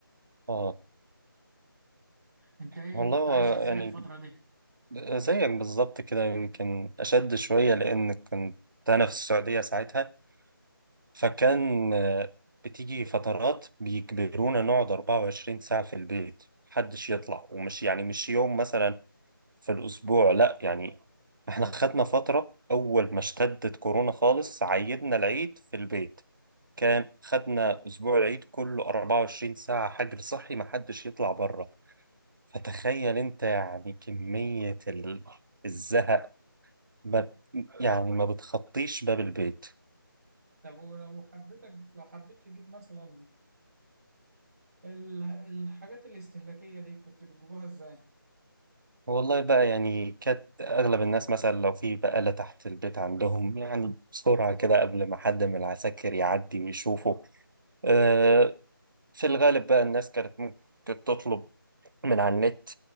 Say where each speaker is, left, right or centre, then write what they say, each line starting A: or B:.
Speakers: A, on the right; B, on the right.
A: اه
B: انت ايه
A: والله
B: كنت
A: هو
B: عايش ازاي
A: يعني
B: الفترة دي؟
A: زيك بالظبط كده يمكن اشد شوية لان كنت انا في السعودية ساعتها فكان آه، بتيجي فترات بيجبرونا نقعد 24 ساعة في البيت محدش يطلع ومش يعني مش يوم مثلا في الأسبوع لا يعني احنا خدنا فترة أول ما اشتدت كورونا خالص عيدنا العيد في البيت كان خدنا أسبوع العيد كله 24 ساعة حجر صحي محدش يطلع بره فتخيل أنت يعني كمية ال- الزهق ما يعني ما بتخطيش باب البيت
B: طب ولو حبيتك لو حبيت تجيب مثلا ال- الحاجات الاستهلاكية دي كنت بتجيبوها ازاي؟
A: والله بقى يعني كانت أغلب الناس مثلا لو في بقالة تحت البيت عندهم يعني بسرعة كده قبل ما حد من العساكر يعدي ويشوفه أه في الغالب بقى الناس كانت ممكن تطلب من على النت